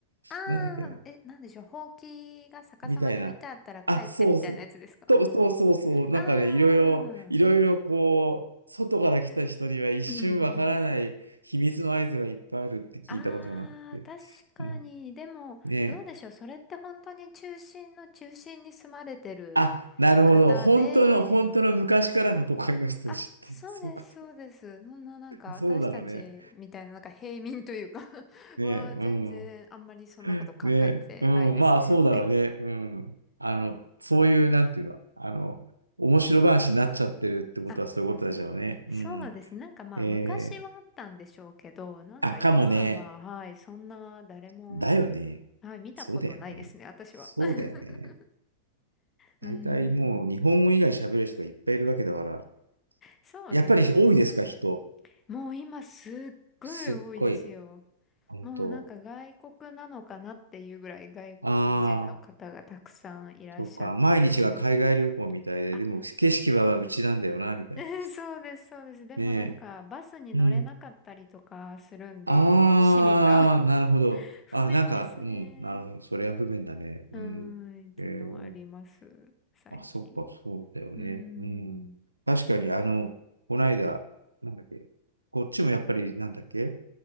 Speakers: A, on the left; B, on the right.
A: ああ、
B: なんだっけな、
A: え、なんでしょう、ほうきが逆さまに置いてあったら帰ってみたいなやつですか
B: みたいな。あ、そうそう。と、そうそうそう。なんかね、
A: ああー。
B: いろいろ、いろいろこう、外から来た人には一瞬わからない秘密の合図がいっぱいあるって聞いたことがあって。
A: <laughs> ああ、確かに。
B: うん、
A: でも、
B: ねえ
A: どうでしょう。それって本当に中心の中心に住まれてる
B: あ、なるほど。
A: 方で、
B: 本当の、本当の昔からの都会の人たちって、
A: あ、そうです、
B: そういうこと、
A: そうです。そんななんか私たちみたいななんか平民というか
B: そうだろうね。
A: <laughs>
B: ねえうん。
A: は全然あんまりそんなこと考えてないですね。
B: ねえうん。まあ、そうだろうね。うん。あの、そういう、なんていうの、あの、面白話になっちゃってるってことはそういうことでしょうね。
A: <laughs> あ、そうですね。
B: うん。
A: なんかまあ昔はあったんでしょうけど、
B: えー
A: なんか今は、
B: あ、かもね。
A: はい、そんな誰も、
B: だよね。
A: はい、見たことないですね、
B: そうだよね。
A: 私は。
B: そうだよね。
A: <laughs> うーん、
B: 大体もう日本語以外喋る人がいっぱいいるわけだから。
A: そうですね。
B: やっぱり多いですか、人。
A: もう今すっごい多いですよ。
B: すっごい。本当。
A: もうなんか外国なのかなっていうぐらい外国人の方がたくさんいらっしゃって。
B: ああ、そっか。毎日が海外旅行みたいで、
A: あ、
B: でも景色はうちなんだよな、みたいな。
A: <laughs> そうです、そうです。でもなんかバスに乗れなかったりとかするんで、
B: ねえ。うん。ああ、
A: 市民が
B: なるほど。
A: <laughs> 不便ですね。
B: あ、なんか、うん。なるほど。それは不便だね。
A: うーん、
B: うん。
A: っていうのはあります、
B: えー
A: 最近。
B: あ、そっか、そうだよね。
A: うーん。
B: うん。確かに、あの、こないだ、なんだっけ、こっちもやっぱり、なんだっけ、